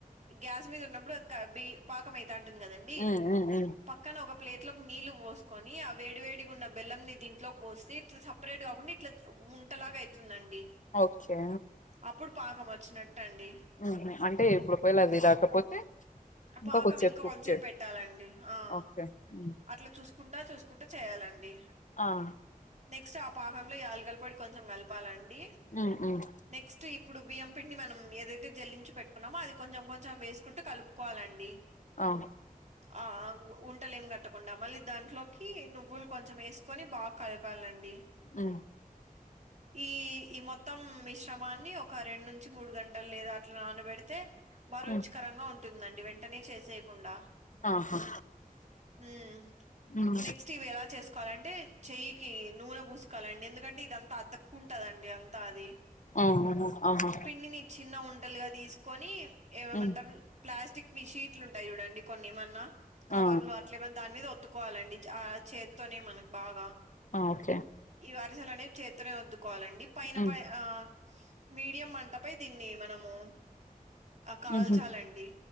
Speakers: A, on the right; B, on the left.
A: గ్యాస్ మీద ఉన్నప్పుడు అది కా బి పాకం అయితా ఉంటుంది కదండి.
B: ఉమ్ ఉమ్ ఉమ్
A: పక్కన ఒక ప్లేట్ లోకి నీళ్లు పోసుకొని ఆ వేడి వేడిగా ఉన్న బెల్లం నీ దీంట్లో పోసీ. ఇట్లా సపరేట్ కాకుండా ఇట్లా ఉం. ఉండ లాగ అయితుందండి
B: ఓకే
A: అప్పుడు పాకం వచ్చినట్టు అండి.
B: ఆహ్ అంటే ఇప్పుడు ఒకవేళ అది రాకపోతే.
A: పాకం
B: కొద్దిసేపు
A: ఇంకా
B: కుక్
A: కొంతసేపు
B: చేయి
A: పెట్టాలండి ఆహ్
B: ఓకే హ్మ్.
A: అట్లా చూసు కుంటా చూసుకుంటూ చేయాలండి.
B: ఆహ్.
A: నెక్స్ట్ ఆ పాకంలో యాలకుల పొడి కొంచెం కలపాలండి.
B: ఉమ్ ఉమ్
A: నెక్స్ట్ ఇప్పుడు బియ్యం పిండి మనం ఏదైతే జల్లించి పెట్టుకున్నామో అది కొంచెం కొంచెం వేసుకుంటూ కలుపుకొనీ కోవాలండి.
B: ఆహ్.
A: ఆహ్ ఉండలేం కట్టకుండా మళ్ళీ దాంట్లోకి నువ్వులు కొంచెం వేస్ కొని బాగా కలపాలండి.
B: ఉమ్.
A: ఈ ఈ మొత్తం మిశ్రమాన్ని ఒక రెండు నుంచి మూడు గంటలు లేదా అట్లా నానబెడితే అయితే బా రుచికరంగా
B: ఉమ్
A: ఉంటుందండి వెంటనే చేసేయకుండా
B: ఆహా
A: ఉమ్
B: ఉమ్
A: నెక్స్ట్ ఇవి ఎలా చేసుకోవాలింటే చెయ్యికి నూనె పూసుకోవాలండి ఎందుకంటే ఇదంతా అతక్ ఉంటదండి అంతా అది
B: ఆవును ఆహా
A: పిండిని చిన్న ఉండలుగా తీసుకొని ఏమేమంటారు
B: ఉమ్
A: ప్లాస్టిక్ విషీట్లు ఉంటాయి చూడండి కొన్ని ఏమన్నా కవర్లు
B: ఆ
A: అట్లే మని దాని మీద ఒత్తుకోవాలండి ఆ చేత్తోనే మనకు బాగా
B: ఆ ఓకే
A: ఈ అరిసెలు అనేవి చేతనే వత్తుకోవాలండి పైన
B: ఉమ్
A: పైన ఆ మీడియం మంటపై దీన్ని మనము కాల్చాలండి
B: ఉహు